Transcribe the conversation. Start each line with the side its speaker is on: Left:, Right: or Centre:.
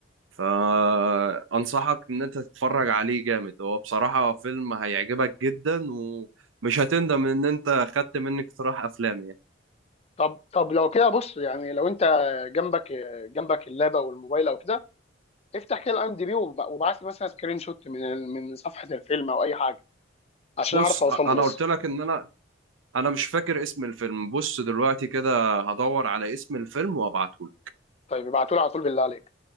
Right: فانصحك ان انت تتفرج عليه جامد هو بصراحة فيلم هيعجبك جدا ومش هتندم ان انت خدت مني اقتراح افلام يعني
Left: طب طب لو كده بص يعني لو انت جنبك جنبك اللاب او الموبايل او كده افتح كده الاي ام دي بي وابعت لي مثلا سكرين شوت من ال- من صفحه الفيلم او اي حاجه عشان
Right: بص
Left: اعرف اوصل
Right: أ-
Left: له
Right: انا
Left: بس
Right: قلت لك ان انا انا مش فاكر اسم الفيلم بص دلوقتي كده هدور على اسم الفيلم وابعته
Left: طيب ابعتوا لي على طول بالله عليك